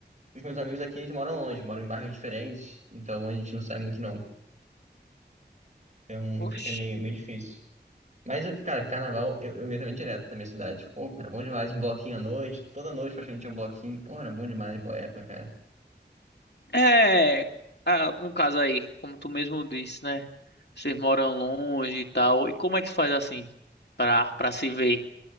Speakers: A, on the right; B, on the left.
A: os meus amigos aqui eles moram longe, moram em bairros diferentes. Então a gente não sai muito, não. Então
B: Oxi.
A: fica meio, meio difícil. Mas, eu- cara, carnaval, eu, eu ia também direto da minha cidade. Pô, cara, bom demais. Um bloquinho à noite. Toda noite praticamente tinha um bloquinho. Pô, era bom demais, boa época, cara.
B: É, ah, no caso aí, como tu mesmo disse, né? Vocês moram longe e tal. E como é que faz assim pra, pra se ver?